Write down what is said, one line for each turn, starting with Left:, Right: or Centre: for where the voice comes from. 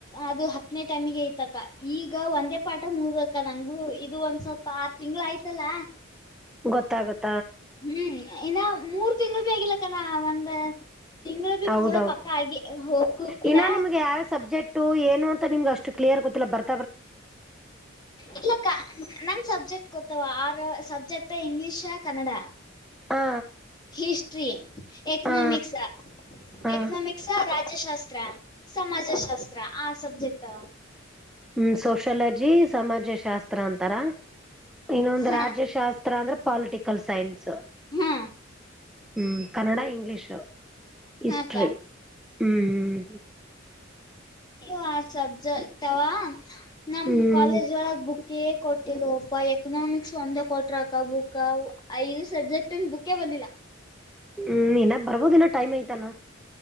Left: ಅದು ಹತ್ತನೇ ಟೈಮಿಗೆ ಇತ ಅಕ್ಕ ಈಗ ಒಂದೇ ಪಾಠ ಮುಗಬೇಕದಂಗು ಇದು ಒಂದ್ ಸ್ವಲ್ಪ ಆರ್ ತಿಂಗ್ಗಳು ಆಯ್ತಲ್ಲ
Centre: ಗೊತ್ತಾಗುತ್ತೆ
Left: ಹ್ಮ್ ಇನ್ನ ಮೂರ್ ತಿಂಗಗಳು ಆಗಿಲ್ಲಕ್ಕನಾ ಒಂದ ತಿಂಗಳ ಬಿ
Centre: ಹೌದೌದು
Left: ಪೂರ ಪಕ್ಕ ಆಗಿ ಹೋಗುತ್ತಿಲ್ಲ
Centre: ಇನ್ನ ನಿಮ್ಗೆ ಯಾವ ಸಬ್ಜೆಕ್ಟ್ ಏನು ಅಂತ ನಿಮಗೆ ಅಷ್ಟು ಕ್ಲಿಯರ್ ಗೊತ್ತಿಲ್ಲ ಬರ್
Left: ಇಲ್ಲ ಅಕ್ಕ ನಂಗ ಸಬ್ಜೆಕ್ಟ ಗುತ್ತವ ಆರ ಸಬ್ಜೆಕ್ಟ ಇಂಗ್ಲಿಷ್ ಕನ್ನಡ
Centre: ಹಾ
Left: ಹಿಸ್ಟ್ರಿ ಎಕನಾಮಿಕ್ಸ್
Centre: ಹಾ ಹಾ
Left: ಎಕನಾಮಿಕ್ಸ್ ಅದು ಮೇಲೆ ಸಂಖ್ಯೆ ಶಾಸ್ತ್ರ ಸಮಾಜಶಾಸ್ತ್ರ ಆರು ಸಬ್ಜೆಕ್ಟ್
Centre: ಹ್ಮ ಸೋಶಾಲಜಿ ಸಮಾಜ ಶಾಸ್ತ್ರ ಅಂತಾರ ಇನ್ನೊಂದು
Left: ಹಾ
Centre: ರಾಜ್ಯಶಾಸ್ತ್ರ ಹತ್ರ ಅಂದ್ರೆ ಪಾಲಿಟಿಕಲ್ ಸೈನ್ಸ್
Left: ಹಾ
Centre: ಹ್ಮ್ ಕನ್ನಡ ಇಂಗ್ಲೀಷು ಹಿಸ್ಟ್ರಿ
Left: ಹಾಕ್ಕ
Centre: ಹ್ಮ್ ಹ್ಮ
Left: ಇವು ಆರು ಸಬ್ಜೆಕ್ಟ್ವಾ ನಮ್
Centre: ಹ್ಮ್
Left: ಕಾಲೇಜ್ ಒಳಗ್ ಬುಕ್ ಕೊಟ್ಟಲ್ ಅಪ್ಪ ಎಕನಾಮಿಕ್ಸ್ ಒಂದೇ ಕೊಟ್ರಕ ಬುಕ್ ಐದು ಸಬ್ಜೆಕ್ಟ್ ಇನ್ ಬುಕೇ ಬಂದಿಲ್ಲ
Centre: ಹ್ಮ್ ಎನ್ ಬರ್ಬೋದ ಇನ್ನ ಟೈಮ್ ಐ್ತಲ್ಲ